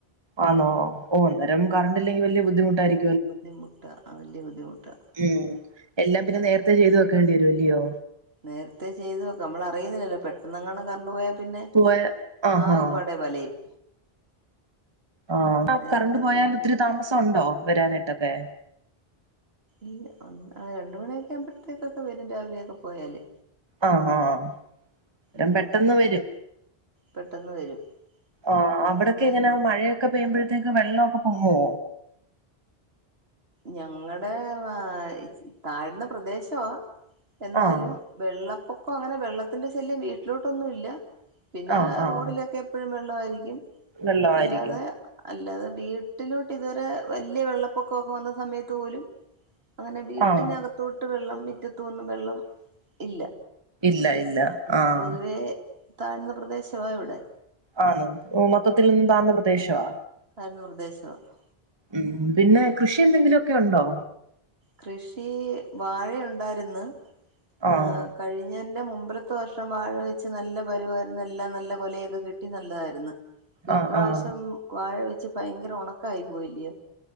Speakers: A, on the right (about 25°); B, on the right (about 70°).
A: ആന്നോ ഓഹ് അന്നേരം കറണ്ട്ല്ലെങ്കി വല്യ ബുദ്ധിമുട്ടായിരി
B: ബുദ്ധിമുട്ടാ ആഹ് വല്യ ബുദ്ധിമുട്ടാ
A: ഉം എല്ലാം പിന്നെ നേരത്തെ ചെയ്ത് വെക്കേണ്ടി വരും അല്ലിയോ
B: നേരത്തെ ചെയ്തു വെക്കും നമ്മൾ അറിയുന്നില്ലല്ലോ പെട്ടെന്ന് അങ്ങാണം കറണ്ട് പോയാ പിന്നെ
A: പോയ ആഹാ
B: ആകെ പാടെ വലയും
A: ആഹ്
B: നേരത്തെ
A: കറണ്ട് പോയാൽ ഒത്തിരി താമസം ഉണ്ടോ വരാനായിട്ടൊക്കെ
B: ഇല്ല ഒന്ന് ആ രണ്ട് മണിയൊക്കെ ആവുമ്പഴത്തേക്കൊക്കെ വരും രാവിലെയൊക്കെ പോയാല്
A: ആഹാ <unintelligible>
B: ഉം
A: പെട്ടെന്ന് വരും
B: പെട്ടെന്ന് വരും
A: ആഹ്
B: പിന്നെന്നാലും
A: അവിടൊക്കെ എങ്ങനാ മഴയൊക്കെ പെയ്യുമ്പഴത്തേക്ക് വെള്ളവൊക്കെ പൊങ്ങോ?
B: ഞങ്ങടെ വാ ഇയ് താഴ്ന്ന പ്രദേശവാ എന്നാലും
A: ആഹ്
B: വെള്ളപ്പൊക്കം അങ്ങനെ വെള്ളത്തിന്റെ ശല്യം വീട്ടിലോട്ടൊന്നു ഇല്ല പിന്നെ
A: ആഹ് ആഹ്
B: റോഡിലൊക്കെ എപ്പോഴും വെള്ളമായിരിക്കും
A: വെള്ളമായിരിക്കും
B: അല്ലാതെ അല്ലാതെ വീട്ടിലോട്ട് ഇതുവരെ വല്യ വെള്ളപ്പൊക്കമൊക്കെ വന്ന സമയത്ത് പോലും അങ്ങനെ വീട്ടിനകത്തോട്ട്
A: ആഹ്
B: വെള്ളം മിറ്റത്തന്നും വെള്ളം ഇല്ല
A: ഇല്ല ഇല്ല
B: പിന്നെ
A: ആഹ്
B: പൊതുവെ താഴ്ന്ന പ്രദേശമാ ഇവിടെ
A: ആന്ന് മൊത്തത്തിൽ നിന്നും താഴന്ന പ്രദേശവാ
B: കതായിരുന്നു നിർദ്ദേശം <unintelligible>
A: ഉം പിന്നെ കൃഷി എന്തെങ്കിലുമൊക്കെ ഉണ്ടോ
B: കൃഷി വാഴയുണ്ടായിരുന്ന്, ഹ്
A: ആഹ്
B: കഴിഞ്ഞെന്റെ മുമ്പലത്തെ വർഷം വാഴ വെച്ച് നല്ല പരുവായിരുന്ന എല്ലാം നല്ല കൊലയൊക്കെ കിട്ടി നല്ലതായിരുന്നു. ഇപ്രാവശ്യം
A: ആഹ് ആഹ്
B: വാഴ വെച്ച് ഭയങ്കര ഉണക്കായി പോയില്ലയോ